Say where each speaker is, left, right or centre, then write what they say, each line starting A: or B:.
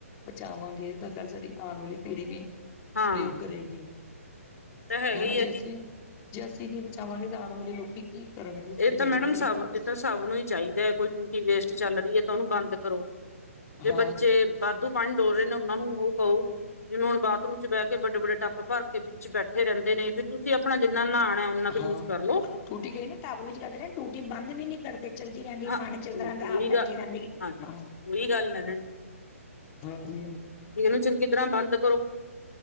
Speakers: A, on the left; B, on the left.
A: ਬਚਾਵਾਂਗੇ ਕੱਲ ਸਾਡੀ ਆਨ ਵਾਲੀ ਪੀੜੀ ਵੀ
B: ਹਾਂ
A: ਪ੍ਰਯੋਗ ਕਰੇਗੀ,
B: ਤਾਂ ਹੈਗਾ
A: ਹਨਾ
B: ਹੀ
A: ਜੇ
B: ਹੈ ਜੀ
A: ਅਸੀਂ ਜੇ ਅਸੀਂ ਨੀ ਬਚਾਵਾਂਗੇ ਤਾਂ ਆਨ ਵਾਲੇ ਲੋਕੀ ਕੀ ਕਰਨਗੇ ਸਾਡੀ
B: ਏ ਤਾਂ
A: ਨਵੀਂ
B: ਮੈਡਮ
A: ਪੀੜ੍ਹੀ
B: ਸਬ
A: ਕੀ
B: ਏ ਤਾਂ ਸਬ ਨੂੰ ਈ ਚਾਈਦਾ ਐ ਕੋਈ ਟੂਟੀ ਵੇਸਟ ਚੱਲ ਰੀ ਐ ਤਾਂ ਓਨੂੰ ਬੰਦ ਕਰੋ, ਜੇ
A: ਹਾਂ
B: ਬੱਚੇ ਵਾਧੂ ਪਾਨੀ ਡੋਲ ਰਏ ਨੇ ਓਨਾਂ ਨੂੰ ਓ ਕਓ। ਜਿਵੇਂ ਹੁਨ ਬਾਥਰੂਮ ਚ ਬੈ ਕੇ ਵੱਡੇ-ਵੱਡੇ ਟੱਪ ਭਰਕੇ ਵਿੱਚ ਬੈਠੇ ਰੈਂਦੇ ਨੇ ਤੁਸੀਂ ਆਪਨਾ ਜਿੰਨਾ ਕ ਨਾਨੈ ਓਨਾ ਕ
A: ਹਾਂ
B: ਯੂਜ ਕਰਲੋ।
A: ਟੂਟੀ ਗਈ ਨਾ ਟੱਬ ਵਿਚ ਲੱਗ ਰੇਆ ਟੂਟੀ ਬੰਦ ਵੀ ਨੀ ਕਰਦੇ ਚੱਲਦੀ ਰੈਂਦੀ ਐ
B: ਹਾਂ
A: ਪਾਨੀ ਚੱਲਦਾ
B: ਉਹੀ
A: ਰੈਂਦਾ ਆਪ ਬੈਠੇ
B: ਗੱਲ
A: ਰੈਂਦੇ,
B: ਹਾਂਜੀ
A: ਹਾਂ।
B: ਉਹੀ ਗੱਲ ਹੈ
A: ਹਾਂਜੀ।
B: ਏਨੂੰ ਚੰਗੀ ਤਰਾਂ ਬੰਦ ਕਰੋ।